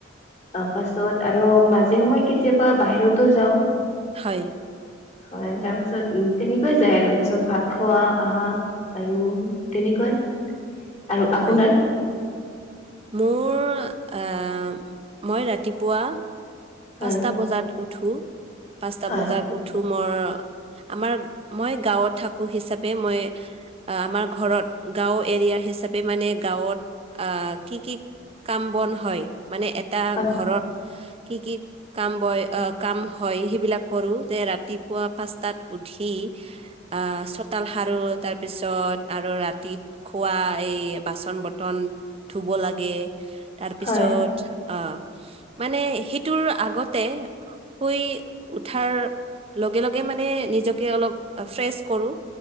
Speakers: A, on the left; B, on the right.
A: ত পাছত আৰু মাজে সময়ে কেতিয়াবা বাহিৰতো যাওঁ
B: হয়
A: হয় তাৰ পাছত উ তেনেকুৱাই যাই আৰু পাছত ভাত খোৱা আহা আৰু তেনেকুৱাই আৰু আপোনাৰ
B: হয় মোৰ অহ মই ৰাতিপুৱা
A: হয়
B: পাঁচটা বজাত উঠো পাঁচটা
A: হয়
B: বজাত উঠো মই আমাৰ মই গাঁৱত থাকো হিচাপে মই আমাৰ ঘৰত গাঁও এৰিয়া হিচাপে মানে গাঁৱত অহ কি কি কাম বন হয় মানে এটা
A: হয়
B: ঘৰত কি কি কাম বয় কাম হয় সেইবিলাক কৰো যে ৰাতিপুৱা পাঁচটাত উঠি অ চোতাল সাৰু তাৰপিছত আৰু ৰাতিত খোৱা এই বাচন বাচন বৰ্তন ধুব লাগে তাৰ পিছত
A: হয়
B: উম মানে তোৰ আগতে শুই উঠাৰ লগে লগে মানে নিজকে অলপ ফ্ৰেচ কৰো